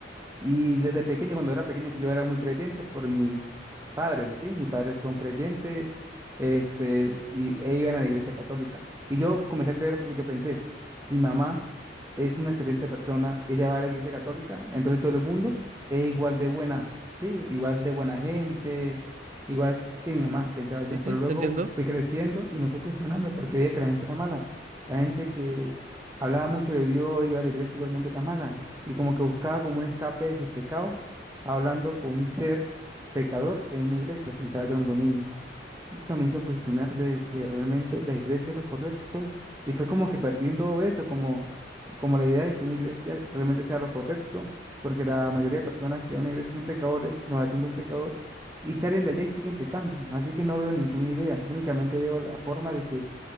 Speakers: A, on the right (about 15°); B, on the right (about 45°).
A: y desde pequeño, cuando era pequeño, yo era muy creyente por mis padres, ¿sí? Mis padres son creyentes, este, y, e iban a la iglesia católica. Y yo comencé a creer porque yo pensé, si mi mamá es una excelente persona, ella va a la iglesia católica, entonces todo el mundo es igual de buena, ¿sí? Igual de buena gente, igual que mi mamá, pensaba yo.
B: Sí, sí,
A: Pero luego
B: te entiendo.
A: que fui creciendo y me fui cuestionando porque veía que la gente era mala. La gente que hablaba mucho de Dios, iba a la iglesia, igualmente era mala y como que buscaba como un escape de sus pecados, hablando con un ser pecador en una iglesia, pensaba yo cuando niño. Y eso me hizo cuestionar de que realmente la iglesia es lo correcto y fue como que perdiendo eso, como, como la idea de que una iglesia realmente sea lo correcto, porque la mayoría de personas que van a una iglesia son pecadores, los atiende un pecador y salen de allá y siguen pecando. Así que no veo ninguna idea, únicamente veo la forma de que